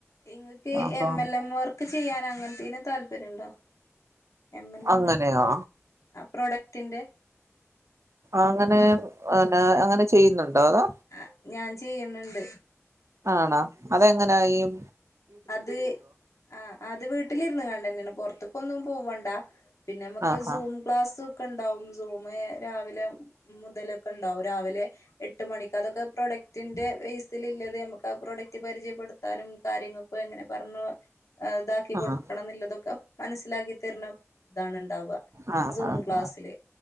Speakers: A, on the left; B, on the right.
A: ഇങ്ങക്ക്
B: അപ്പൊ
A: എം എൽ എം വർക്ക് ചിയ്യാൻ അങ്ങൻത്തീന് താല്പര്യം ഇണ്ടോ എം എൽ എം
B: അങ്ങനെയാ
A: വർക്ക് ആ പ്രൊഡക്ടിന്റെ
B: അങ്ങനെ പിന്നെ അങ്ങനെ ചെയ്യുന്നുണ്ടോ അതാേ
A: ആഹ് ഞാൻ ചെയ്യ്ന്ന്ണ്ട്
B: ആണാേ അതെങ്ങനെ ഈം
A: അത് ആഹ് അത് വീട്ടില് ഇര്ന്ന്ങ്ങാണ്ടെന്നേണ് പൊറത്ത്ക്ക് ഒന്നും പാെവ്വണ്ടാ പിന്നെ മുക്ക്
B: ആഹാ
A: സൂം ക്ലാസ് ഒക്കെ ഉണ്ടാവും സൂമ രാവിലെ മുതലൊക്കെ ഉണ്ടാവും രാവിലെ എട്ട് മണിക്ക് അതൊക്കെ പ്രൊഡക്ടിന്റെ ബേസിലില്ലത് ഞമ്മക്ക് ആ പ്രോഡക്റ്റ് പരിചയപ്പെട്ത്താനും കാര്യങ്ങള് അപ്പൊ എങ്ങനെ പർണുഇതാക്കി കൊട്ക്കണം
B: ആഹ്
A: ഇന്നില്ലതൊക്കെ മനസ്സിലാക്കി തെര്ണ ഇതാണ് ഇണ്ടാവുക
B: ആഹ്
A: സൂം
B: ആഹ്
A: ക്ലാസ്സില്